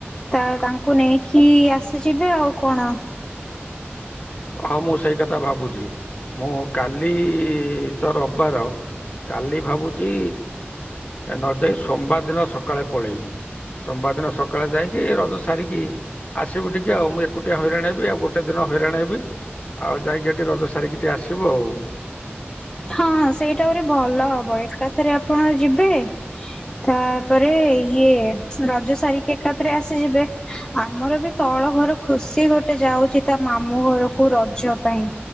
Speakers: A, on the left (about 15°); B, on the left (about 35°).
A: ତା ତାଙ୍କୁ ନେଇକି ଆସିଯିବେ ଆଉ କଣ।
B: ହଁ ମୁଁ ସେଇ କଥା ଭାବୁଛି ମୁଁ କାଲି ତ ରବିବାର କାଲି ଭାବୁଛି। ନ ଯାଇ ସୋମବାର ଦିନ ସକାଳେ ପଳେଇବି ସୋମବାର ଦିନ ସକାଳେ ଯାଇକି ରଜ ସାରିକି ଆସିବୁ ଟିକେ ଆଉ ମୁଁ ଏକୁଟିଆ ହଇରାଣ ହେବି ଆଉ ଗୋଟେ ଦିନ ହଇରାଣ ହେବି। ଆଉ ଯାଇକି ଏଠି ରଜ ସାରିକି ଟିକେ ଆସିବୁ ଆଉ
A: ହଁ ସେଇଟା ପରି ଭଲ ହବ ଏକାଥରେ ଆପଣ ଯିବେ। ତାପରେ ଇଏ ରଜ ସାରିକି ଏକାଥରେ ଆସିଯିବେ। ଆମର ବି ତଳ ଘର ଖୁସି ଗୋଟେ ଯାଉଛି ତା ମାମୁଁ ଘରକୁ ରଜ ପାଇଁ।